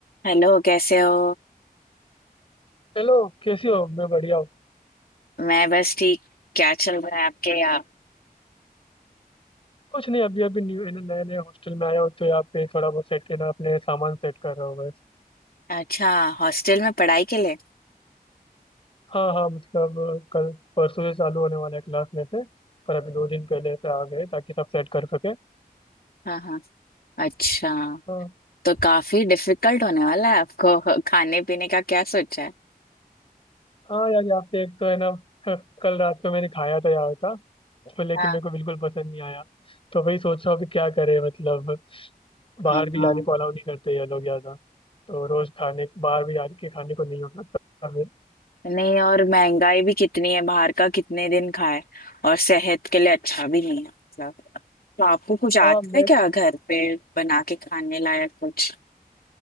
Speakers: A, on the left; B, on the left.
A: Hello कैसे हो
B: हेलो कैसी हो मैं बढ़िया हूँ
A: मैं बस ठीक क्या चल रहा है आपके यहाँ
B: कुछ नहीं अभी अभी न्यू नए नए हॉस्टल में आया हूँ तो यहाँ पे थोड़ा बहुत सेट ना अपने सामान सेट कर रहा हूँ बस
A: अच्छा हॉस्टल में पढ़ाई के लिए
B: हाँ हाँ मतलब अ, कल परसों से चालू होने वाला है क्लास में से पर अभी दो दिन पहले से आ गए ताकि सब सेट कर सके
A: हाँ हाँ अच्छा
B: हाँ
A: तो काफी डिफिकल्ट होने वाला है आपको <laughs> खाने पीने का क्या सोचा है
B: हाँ यार यहाँ पे एक तो है ना <laughs> कल रात को मैंने खाया था यहाँ का तो लेकिन
A: हाँ
B: मेरे को बिल्कुल पसंद नहीं आया तो वही सोच रहा हूँ कि क्या करे मतलब बाहर
A: हाँ
B: भी
A: हाँ।
B: जाने को अलाउ नहीं करते ये लोग ज्यादा तो रोज खाने बाहर भी जाके खाने को नहीं हो सकता
A: नहीं और महंगाई भी कितनी है बाहर का कितने दिन खाए और सेहत के लिए अच्छा भी नहीं है मतलब तो आपको कुछ
B: हाँ
A: आता
B: मैं
A: है क्या घर पे बना के खाने लायक कुछ